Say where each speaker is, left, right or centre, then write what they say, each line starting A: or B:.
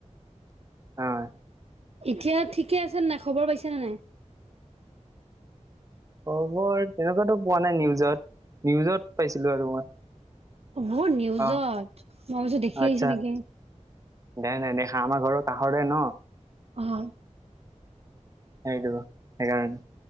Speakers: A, on the right; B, on the right.
A: অয়।
B: এতিয়া ঠিকে আছে নাই খবৰ পাইছানে নাই?
A: খবৰ তেনেকুৱাতো পোৱা নাই নিউজত। ত পাইছিলো আৰু মই।
B: মোৰ নিউজত
A: অ
B: মই ভাৱিছো দেখি
A: আচ্ছা
B: আহিছো নেকি।
A: দে নাই দেখা আমাৰ ঘৰৰ কাষৰে ন'।
B: অহ।
A: হেইটো সেইকাৰনে